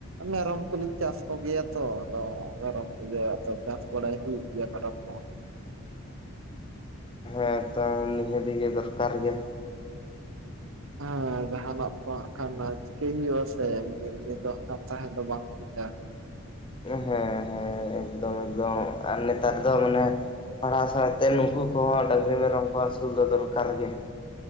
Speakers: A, on the right; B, on the left.
A: ᱢᱮᱨᱚᱢ ᱠᱚᱞᱤᱧ ᱪᱟᱥ ᱠᱚᱜᱮᱭᱟ ᱛᱚ ᱟᱫᱚ ᱢᱮᱨᱚᱢ ᱠᱚᱜᱮ ᱟᱫᱚ ᱪᱟᱥ ᱵᱟᱲᱟᱭ ᱦᱩᱭᱩᱜ ᱜᱮᱭᱟ ᱢᱮᱨᱚᱢ ᱠᱚᱦᱚᱸ
B: ᱦᱮᱸ ᱛᱚ ᱱᱤᱦᱟᱹᱛᱤ ᱜᱮ ᱫᱚᱨᱠᱟᱨ ᱜᱮ
A: ᱦᱮᱸ ᱡᱟᱦᱟᱱᱟᱜ ᱠᱚᱜ ᱠᱷᱟᱱ ᱪᱤᱠᱟᱹᱭ ᱦᱩᱭᱩᱜ ᱟ ᱥᱮ ᱫᱤᱱ ᱫᱚ ᱠᱷᱟᱱ ᱛᱟᱦᱮᱸ ᱫᱚ ᱵᱟᱝ <unintelligible>
B: ᱦᱮᱸ ᱦᱮᱸ ᱮᱠᱫᱚᱢ ᱮᱠᱫᱚᱢ ᱟᱨ ᱱᱮᱛᱟᱨ ᱫᱚ ᱢᱟᱱᱮ ᱯᱟᱲᱦᱟᱣ ᱥᱟᱶᱛᱮ ᱱᱩᱠᱩ ᱠᱚᱦᱚᱸ ᱰᱟᱹᱝᱨᱤ ᱢᱮᱨᱚᱢ ᱠᱚ ᱟᱹᱥᱩᱞ ᱫᱚ ᱫᱚᱨᱠᱟᱨ ᱜᱮ